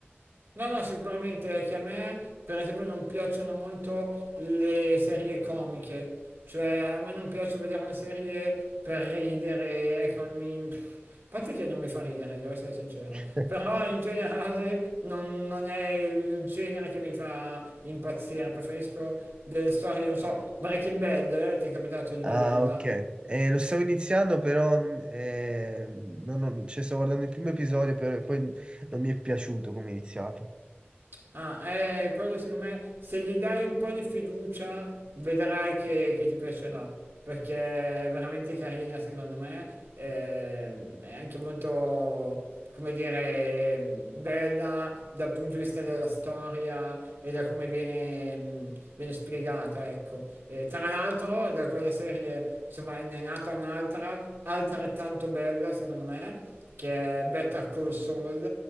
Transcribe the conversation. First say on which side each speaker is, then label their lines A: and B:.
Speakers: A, on the right; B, on the right.
A: No, no, sicuramente è che a me, per esempio, non piacciono molto le serie comiche, cioè a me non piace vedere una serie per ridere, ecco, mi... pff, a parte che non mi fa ridere, devo essere sincero,
B: <laughs>
A: però in generale non, non è il genere che mi fa impazzire, preferisco delle storie, non so, Breaking Bad, eh, ti è capitato di vederla?
B: Ah, ok. Eh, lo stavo iniziando, però non- eh, non- non- cioè, stavo guardando il primo episodio, però poi non mi è piaciuto come è iniziato.
A: Ah, eh, quello secondo me, se gli dai un po' di fiducia, vedrai che, che ti piacerà, perché è veramente carina secondo me, ehm, è anche molto, come dire, bella dal punto di vista della storia e da come viene, mh, viene spiegata, ecco. E tra l'altro, da quella serie, insomma, ne è nata un'altra, altrettanto bella secondo me, che è Better Call Saul,